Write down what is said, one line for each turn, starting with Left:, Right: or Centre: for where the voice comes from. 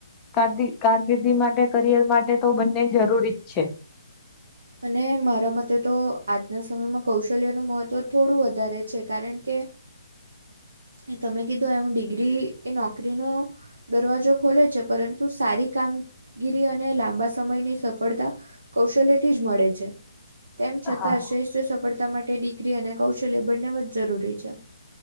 Left: કાર કારકિર્દી માટે કરિયર માટે તો બંને જરૂરી જ છે.
Right: અને મારા મતે તો આજના સમયમાં કૌશલ્યનું મહત્ત્વ થોડું વધારે છે કારણ કે એ તમે કીધું એમ ડિગ્રી એ નોકરીનો દરવાજો ખોલે છે પરંતુ સારી કામગીરી અને લાંબા સમયની સફળતા કૌશલ્યથી જ મળે છે. તેમ છતાં
Left: હા
Right: શ્રેષ્ઠ સફળતા માટે ડિગ્રી અને કૌશલ્ય બંનેવ જ જરૂરી છે.